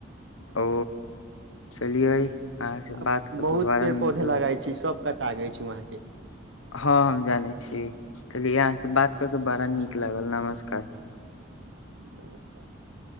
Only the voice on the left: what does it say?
ओ चलियै अहाँ से
बात कऽ
के बड़ा
नीक
लागल
हँ हम जानै छी चलिय अहाँ से बात कर के बड़ा नीक लागल नमस्कार